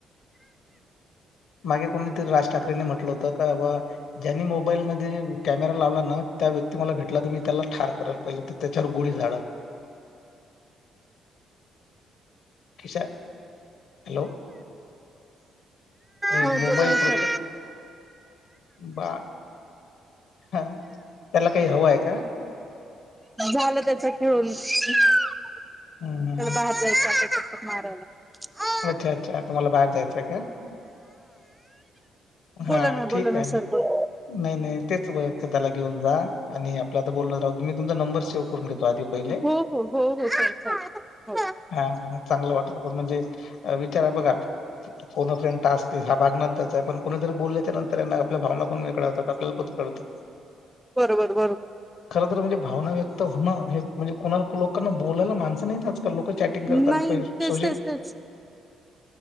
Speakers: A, on the left; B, in the centre.
A: मागे कोणीतरी राज ठाकरेंनी म्हटलं होत का बाबा ज्यांनी मोबाईलमध्ये कॅमेरा लावला ना त्या व्यक्ती मला भेटला तर मी त्याला ठार करल, पहिल्यांदा तेच्यावर गोळी झाडल ऐ हॅलो. हे
B: हो
A: मोबाईल
B: बोला
A: प्रत्येक
B: सर
A: बा हा तेला काही हवं आहे का?
B: झालं त्याच खेळून त्याला
A: हम्म
B: बाहेर जायचं आप चट मारायला. हा
A: अच्छा अच्छा तुम्हाला बाहेर जायचंय काय? हा
B: बोला ना
A: ठीक
B: बोला
A: आहे ना
B: सर बोला.
A: नाही नाही तेच वळत त्याला घेऊन जा. आणि आपलं आता बोलणं राहुदे मी तुमचा नंबर सेव करून घेतो आधी पहिले
B: हो हो हो हो सर चालेल हो.
A: हा हा चांगलं वाटलं पण म्हणजे अ विचारा बघा. कोन अ फ्रेड टास्क ह्या भाग नंतर चाय पण कुणीतरी बोलय त्या नंतर त्यांना आपल्या भावना पण वेगळ्या होतात, आपल्याला पण कळत
B: बरोबर बरोबर
A: खर तर म्हणजे भावना व्य तर हो ना हे म्हणजे कोणाला लोकांना बोलायला माणस नाइत आज लोक चॅटिंग करतात
B: नाही
A: पैस
B: तेच
A: सोशल
B: तेच तेच